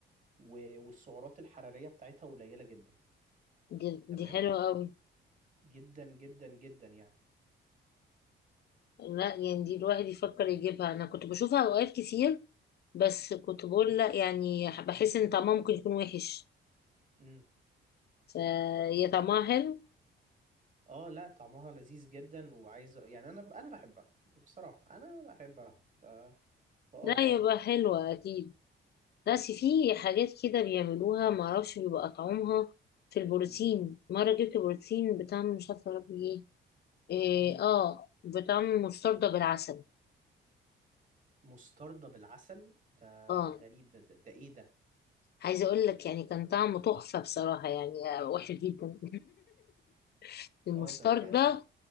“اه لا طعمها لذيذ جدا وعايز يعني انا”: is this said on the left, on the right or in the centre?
Right